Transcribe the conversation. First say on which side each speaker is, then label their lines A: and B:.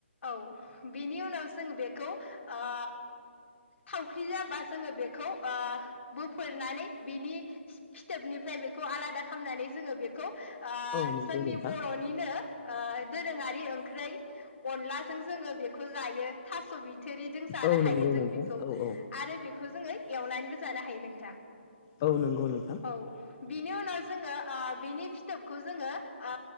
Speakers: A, on the left; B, on the left.
A: बिनि उनाव जोङो बेखौ ओ थावख्रि जाबा जोङो बेखौ ओ बोफोरनानै बिनि फिथोबनिफ्राय बेखौ आलादा खालामनानै जोङो बेखौ ओ
B: औ नंगौ
A: जोंनि
B: नोंथां
A: बर'निनो ओ दोरोङारि ओंख्रै अनलाजों जोङो बेखौ जायो थास' बिथ थोरिजों जानो
B: औ
A: हायो
B: नंगौ
A: जों
B: नोंथां
A: बेखौ
B: औ औ
A: आरो बेखौ जोङो एवनानैबो जानो हायो नोंथां
B: औ नंगौ नोंथां
A: औ बिनि उनाव जोङो ओ बिनि फिथोबखौ जोङो ओ